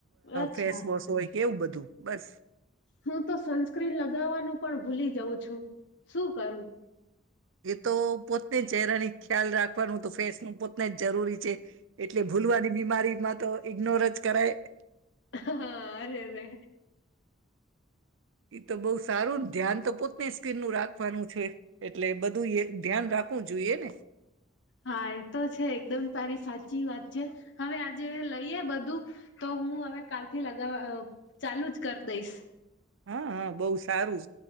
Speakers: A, on the left (about 65°); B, on the right (about 85°).
A: અચ્છા
B: ફેસવોશ હોય કે એવું બધું બસ
A: હું તો સનસ્ક્રીન લગાવવાનું પણ ભૂલી જઉં છું શું કરું
B: એ તો પોતે ચહેરાની ખ્યાલ રાખવાનું તો ફેસ નુ પોતે જ જરૂરી છે એટલે ભૂલવાની બીમારી માં તો ઇગ્નોર જ કરાય ને
A: હા અરે અરે
B: એ તો બોહ સારું ને ધ્યાન તો પોત સ્ક્રીન નું રાખવાનું છે એટલે બધું એ ધ્યાન રાખવું જોઈએ ને
A: હા એ તો છે એકદમ તારી સાચી વાત છે હવે આજે લઈએ બધું તો હું હવે કાલથી લગાવવા ચાલુ જ કરી દઈશ
B: હા હા બહુ સારું